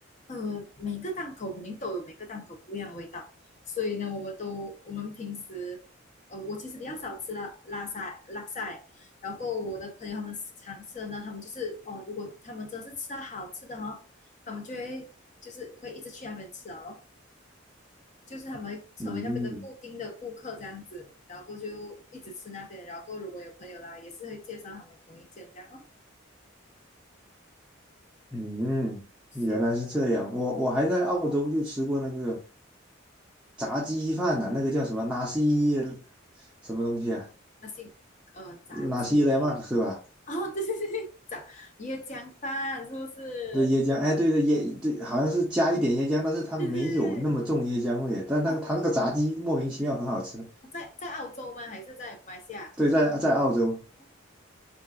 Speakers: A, on the left; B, in the centre.
A: 呃，每个档口肯定都有每个档口不一样的味道，所以呢，我们都我们平时，呃，我其实比较少吃拉拉沙拉沙欸，然后我的朋友他们常吃的呢，他们就是哦，如果他们真是吃到好吃的哦，他们就会就是会一直去那边吃啊，然后就是他们成为那边的固定的顾客这样子，
B: 嗯，
A: 然后过就一直吃那边，然后如果有朋友来，也是会介绍他们同一间这样哦，
B: 嗯，
A: 是
B: 原来是这样。我我还在澳洲就吃过那个炸鸡饭呢、那个叫什么纳西什么东西啊？
A: 那些呃炸鸡
B: 纳西莱曼是吧？
A: 哦，<laughs> 对对对对，炸椰浆饭是不是？
B: 对椰浆，哎，对对椰，对，好像是加一点椰浆，但是它没有那么重椰浆味，
A: 对对对，
B: 但它它那个炸鸡莫名其妙很好吃。
A: 哦，在在澳洲吗？还是在马来西亚？
B: 对，在在澳洲，
A: 哦，